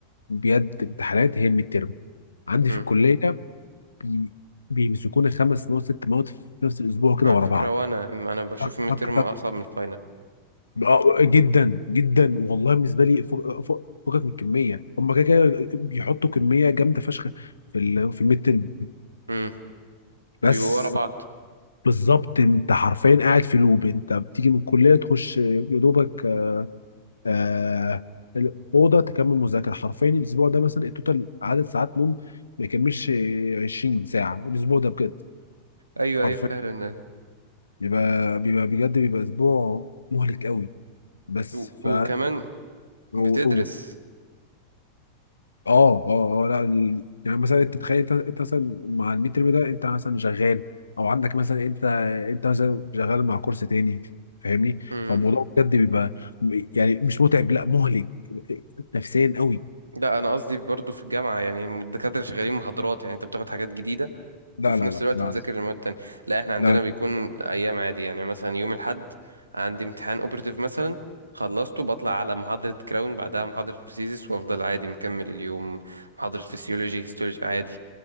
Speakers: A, on the left (about 75°); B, on the right (about 80°).
A: بجد امتحانات هي الميد ترم عندي
B: امم
A: في الكليه بي بيمسكوني خمس مواد ست مواد في نفس الاسبوع كده
B: على
A: ورا
B: فكرة
A: بعض
B: وانا انا بشوف
A: تك
B: الميد
A: تك
B: ترم
A: تك
B: اصعب من الفاينل
A: آه، جدا جدا والله بالنسبه لي فوق فوق فوقك من الكميه هم كده كده بيحطوا كميه جامده فشخ في ال- في الميد ترم
B: امم وبيبقوا
A: بس
B: ورا بعض
A: بالظبط انت حرفيا قاعد في لوب انت بتيجي من الكليه تخش يا دوبك آه الاوضه تكمل مذاكره حرفيا الاسبوع ده مثلا التوتال عدد ساعات نوم ما يكملش 20 ساعه الاسبوع ده بجد
B: ايوه
A: حرفيا
B: ايوه فعلا
A: بيبقى بيبقى بجد بيبقى اسبوع مهلك قوي بس
B: و...
A: ف
B: وكمان
A: و-
B: بتدرس
A: و- اه اه اه لا ال- يعني مثلا انت تتخيل انت انت مثلا مع الميد ترم ده انت مثلا شغال او عندك مثلا انت انت مثلا شغال مع كورس تاني فاهمني
B: امم
A: فالموضوع بجد بيبقى م- يعني مش متعب لا مهلك نفسيا قوي
B: لا انا قصدي برضو في الجامعة يعني الدكاترة شغالين محاضرات يعني انت بتاخد حاجات جديدة
A: لا
B: وفي
A: لا
B: نفس
A: لا
B: الوقت
A: لا
B: بتذاكر المواد التانية لا احنا عندنا
A: لا
B: بيكون ايام عادي يعني مثلا يوم الاحد عندي امتحان اوبرتيف مثلا خلصته بطلع على محاضرة كراون بعدها محاضرة بروسيسس وافضل عادي مكمل اليوم محاضرة فسيولوجي هيستولوجي عادي